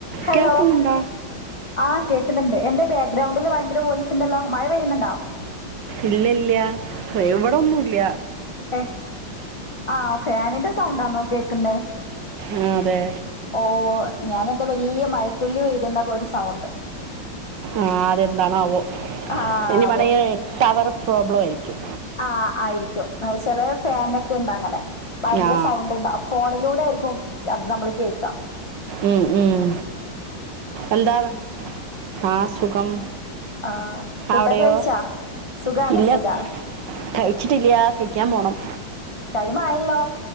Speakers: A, on the left; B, on the right.
A: Hello
B: കേൾക്കുന്നുണ്ടോ
A: ആഹ് കേക്കുന്നുണ്ട് എന്തേ ബാക്ക്ഗ്രൗണ്ടില് ഭയങ്കര വോയിസ് ണ്ടല്ലോ മഴ പെയ്യുന്നുണ്ടോ
B: ഇല്ല ഇല്ല എവിടൊന്നുംല്ല
A: ഏ ആ ഫാനിന്റെ സൗണ്ടാന്നോ കേൾക്കുന്നേ
B: ആ, അതെ
A: ഓ ഞാനെന്ത വലിയ മഴത്തുള്ളി ഒഴുകുന്ന ഒരു സൗണ്ട്
B: ആഹ് അതെന്താണാവോ
A: ആ
B: ഇനി
A: അപ്പോ
B: വേണ ടവർ പ്രോബ്ലം ആയിരിക്കും
A: ആ ആയിരിക്കും എന്നച്ചല ഫാനോക്കെ ഉണ്ട് അങ്ങനെ ഭയങ്കര
B: ആ
A: സൗണ്ട് ഉണ്ടാവ ഫോണിലൂടെ ആയിരിക്കും അത് നമ്മൾ കേക്കാം
B: ഉം, ഉം. എന്താണ് ആ സുഖം
A: ആ ഫുഡൊക്കെ
B: അവിടെയോ
A: കഴിച്ചാ സുഖാണ്
B: ഇല്ല
A: സുഖാണ്
B: കഴിച്ചിട്ടില്ല കഴിക്കാൻ പോണം
A: ടൈം ആയല്ലോ